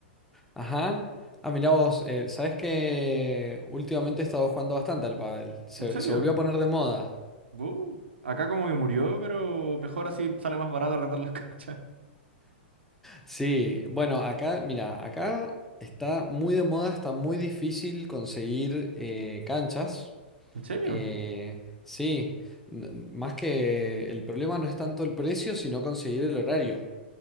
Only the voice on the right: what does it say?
¿En serio?
Wow. Acá como que murió, pero mejor así sale más barato arrendar las <laughs> canchas.
¿En serio?